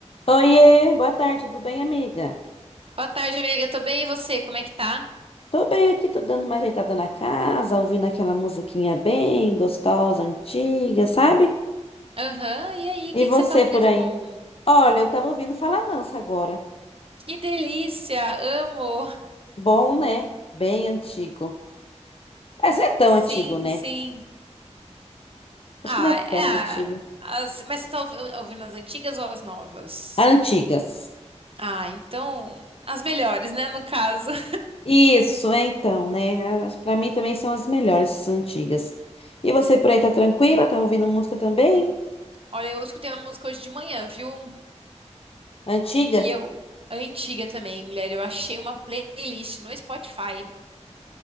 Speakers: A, on the left; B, on the right.
A: Oiê, boa tarde, tudo bem, amiga?
B: Boa tarde, amiga. Tô bem, e você? Como é que tá?
A: Tô bem aqui, tô dando uma ajeitada na casa, ouvindo aquela musiquinha bem gostosa, antiga, sabe?
B: Aham, e aí? O
A: E
B: que
A: você
B: que você tá ouvindo
A: por
B: de
A: aí?
B: bom?
A: Olha, eu tava ouvindo Fala Mansa agora.
B: Que delícia! Amo!
A: Bom, né? Bem antigo. Essa não é tão
B: Sim,
A: antigo, né?
B: sim.
A: Acho
B: Ah,
A: que não é tão antigo.
B: é. as- mas você tá ouvi- ouvindo as antigas ou as novas?
A: Antigas.
B: Ah, então. As melhores, né? No caso. <laughs>
A: Isso, é então, né? As- Pra mim também são as melhores, essas antigas. E você por aí tá tranquila? Tá ouvindo música também?
B: Olha, eu escutei uma música hoje de manhã, viu?
A: Antiga?
B: E eu. Antiga também, mulher. Eu achei uma playlist no Spotify